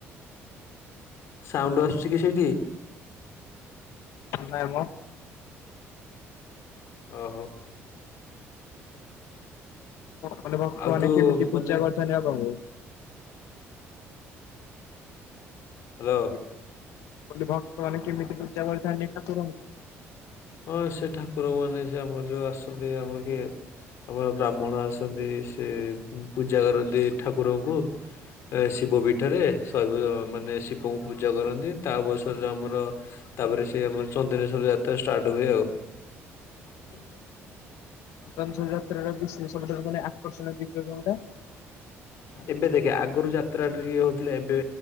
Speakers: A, on the left (about 60°); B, on the left (about 75°).
A: ସାଉଣ୍ଡ ଆସୁଛି କି ସେଇଠି?
B: ନାଇଁ ମ
A: ଓହୋ
B: ମାନେ ଭକ୍ତ
A: ଆଉ
B: ମାନେ
A: ତୁ
B: କେମିତି
A: ମାନେ
B: ପୂଜା କରିଥାନ୍ତି ଆପଣଙ୍କୁ
A: ଠିକ୍ ଅଛି ହ୍ୟାଲୋ
B: କହିଲି ଭକ୍ତ ମାନ କେମିତି ପୂଜା କରିଥାନ୍ତି ଠାକୁରଙ୍କୁ?
A: ହଁ ସେ ଠାକୁର ମାନେ ସେ ଆମର ଯୋଉ ଆସିଛନ୍ତି ଆମର କିଏ? ଆମର ବ୍ରାହ୍ମଣ ଆସନ୍ତି ସେ ପୂଜା କରନ୍ତି ଠାକୁରଙ୍କୁ। ଶିବ ପୀଠରେ ଶୈବ ମାନେ ଶିବଙ୍କୁ ପୂଜା କରନ୍ତି ତା ଅବସରରେ ଆମର ତାପରେ ସେ ଆମର ଚନ୍ଦନେଶ୍ଵର ଯାତ୍ରା ଷ୍ଟାର୍ଟ ହୁଏ ଆଉ। ହୁଁ
B: ଚନ୍ଦନେଶ୍ଵର ଯାତ୍ରାରେ ବିଶେଷ ସବୁଠାରୁ ମାନେ ଆକର୍ଷଣ ଦିବ୍ୟ କୋଉଟା?
A: ଏବେ ଦେଖେ ଆଗରୁ ଯାତ୍ରା ଟିକିଏ ହଉଥିଲେ ଏବେ